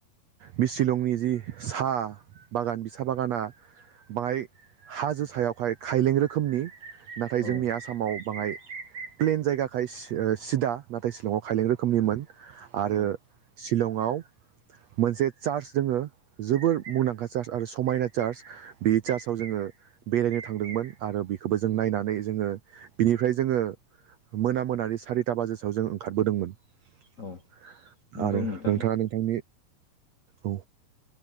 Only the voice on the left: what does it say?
औ
औ
औ औ नंगौ
नोंथां